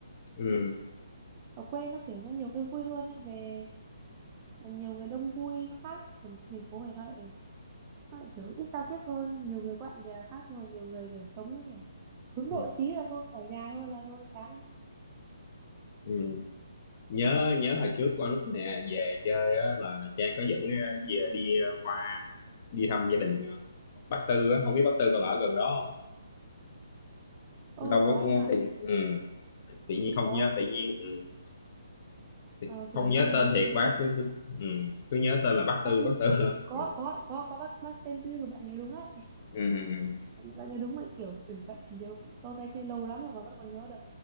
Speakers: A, on the left; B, on the right.
A: Ừ.
B: ở quê nó kiểu nó nhiều cái vui hơn ấy về nhiều người đông vui nó khác còn trên thành phố này nó lại nó lại kiểu ít giao tiếp hơn nhiều người bạn bè khác nhưng mà nhiều người kiểu sống kiểu hướng nội
A: Ừ.
B: tí là thôi ở nhà thôi là thôi chán
A: Ừ. nhớ nhớ hồi trước qua lúc nè về chơi á, là Trang có dẫn ờ, về đi ờ, qua đi thăm gia đình ờ, bác Tư á không biết bác Tư còn ở gần đó
B: ô
A: không đâu có
B: có
A: cũng
B: nha
A: tự, ừ, tự nhiên không
B: có
A: nhớ tự nhiên ừ, tự-
B: Ờ, kiểu
A: không nhớ
B: gia đình
A: tên
B: mình
A: thiệt
B: sống
A: bác
B: gần
A: cứ cứ, ừ, cứ nhớ tên là bác
B: bác
A: Tư
B: tên
A: bác Tư <laughs>
B: có
A: ừ,
B: có có có bác bác tên Tư của bạn nhớ đúng đấy
A: ừ, ừ,
B: bạn bạn nhớ đúng mà kiểu ừ, bạn chỉ nhớ sau đây chưa lâu lắm rồi mà vẫn còn nhớ được